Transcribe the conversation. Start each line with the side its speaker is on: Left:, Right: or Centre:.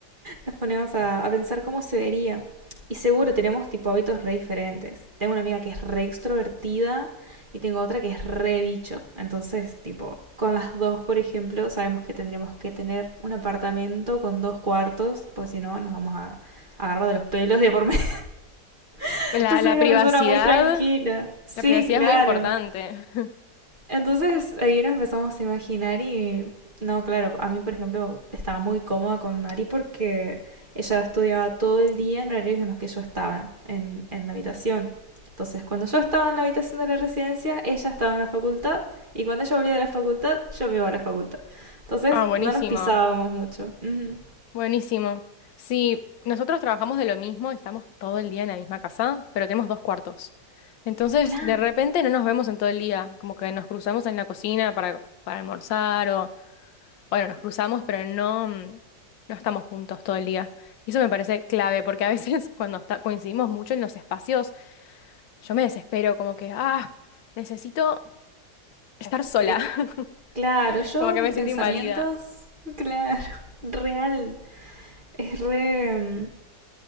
Right: nos ponemos a, a pensar cómo se vería. Y seguro tenemos tipo hábitos re diferentes. Tengo una amiga que es re extrovertida y tengo otra que es re bicho. Entonces, tipo, con las dos, por ejemplo, sabemos que tendríamos que tener un apartamento con dos cuartos, porque si no nos vamos a agarrar de los pelos de por medio. <laughs>
Left: La,
Right: Yo soy
Left: la
Right: una
Left: privacidad,
Right: persona muy tranquila. Sí,
Left: la privacidad
Right: claro.
Left: es muy importante. <laughs>
Right: Entonces ahí nos empezamos a imaginar y no, claro, a mí por ejemplo estaba muy cómoda con Mari porque ella estudiaba todo el día en horarios en los que yo estaba en, en la habitación. Entonces cuando yo estaba en la habitación de la residencia, ella estaba en la facultad y cuando ella volvía de la facultad, yo me iba a la facultad. Entonces
Left: Ah, buenísimo.
Right: no nos pisábamos mucho. Ujú.
Left: Buenísimo. Sí, nosotros trabajamos de lo mismo, estamos todo el día en la misma casa, pero tenemos dos cuartos. Entonces,
Right: Claro,
Left: de repente no nos vemos en todo el día, como que nos cruzamos en la cocina para, para almorzar o, bueno, nos cruzamos, pero no, mm, no estamos juntos todo el día. Y eso me parece clave, porque a veces <laughs> cuando está- coincidimos mucho en los espacios, yo me desespero, como que, ah, necesito estar sola,
Right: y-
Left: <laughs>
Right: claro, yo
Left: como que
Right: mis
Left: me
Right: pensamientos,
Left: siento invadida.
Right: <laughs> claro, real, es re... mm,